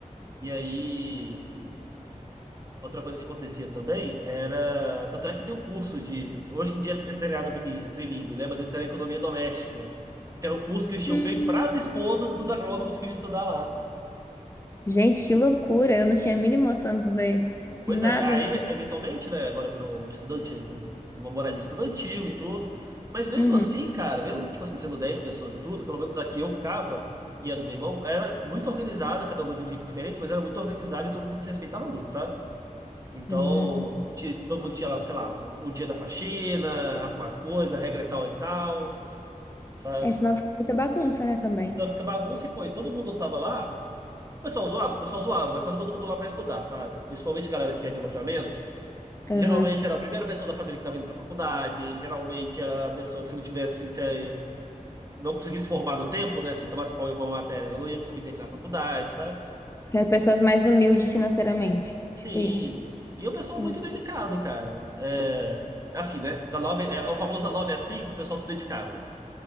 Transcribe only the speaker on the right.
E aí, outra coisa que acontecia também era. Tanto é que tem um curso de. Hoje em dia é secretariado bili- trilingue, né? Mas antes era economia doméstica, que era o curso que eles tinham
feito para as esposas dos agrônomos que iam estudar lá.
Pois
é, aí eventualmente, né, agora virou um estudante, um, uma moradia estudantil e tudo. Mas mesmo
assim, cara, mesmo tipo assim, sendo 10 pessoas e tudo, pelo menos aqui eu ficava e a do meu irmão era muito organizada, cada uma de um jeito diferente, mas era muito organizada e todo mundo se respeitava muito, sabe? Então,
ti- todo mundo tinha lá, sei lá, o o dia da faxina, arrumar as coisas, a regra é tal e tal, sabe?
Senão fica bagunça e pô, e todo mundo tava lá. O pessoal zoava, o pessoal zoava, mas tava todo mundo lá pra estudar, sabe? Principalmente a galera que é de alojamento. Geralmente
era a primeira pessoa da família que estava indo para a faculdade, geralmente era a pessoa que se não tivesse, se eh, não conseguisse formar no tempo, né, se tomasse pau em alguma matéria, ela não ia conseguir terminar a faculdade, sabe?
Sim.
E o pessoal
muito dedicado, cara. É, assim, né? Da nove, é, o famoso da 9 às 5, o pessoal se dedicava.